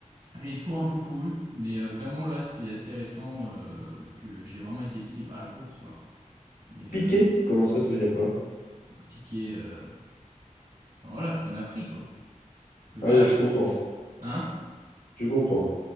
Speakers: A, on the right; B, on the left.
A: j'ai toujours un peu couru, mais euh, vraiment là, c'est assez récent euh, que j'ai vraiment été piqué par la course, quoi. Et
B: Piqué?
A: euh,
B: Comment ça, ça veut dire quoi?
A: piqué. euh, Enfin voilà, que ça m'a pris, quoi. Que là,
B: Ah oui, je comprends.
A: je... je- Hein?
B: Je comprends.